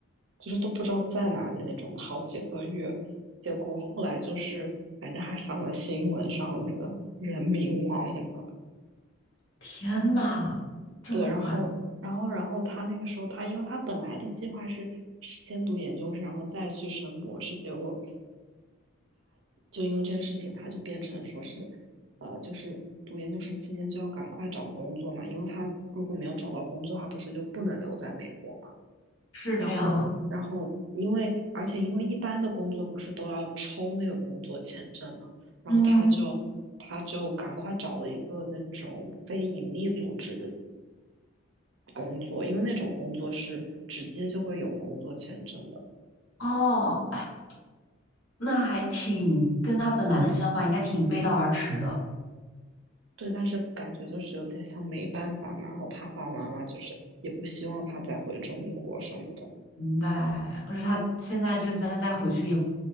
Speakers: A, on the right; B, on the left.
A: 就是都不知道在哪里那种，好几个月，结果后来就是反正还上了新闻，上了那个人民网了。
B: 天呐，这么夸张？
A: 对，然后然后然后他那个时候他因为他本来的计划是是先读研究生，然后再去升博士，结果。就因为这件事情，他就变成说是，呃，就是读研究生期间就要赶快找工作嘛，因为他如果没有找到工作，他不是就不能留在美国嘛。
B: 是这样啊？
A: 然后，然后因为而且因为一般的工作不是都要抽那个工作签证嘛，然后他就他就赶快找了一个那种非盈利组织的
B: 嗯，
A: 工作，因为那种工作是直接就会有工作签证的。
B: 哦，哎那还挺跟他本来的想法应该挺背道而驰的。
A: 对，但是感觉就是有点像没办法嘛，然后他爸爸妈妈就是也不希望他再回中国什么的，
B: 明白。而且他现在这个阶段再回去也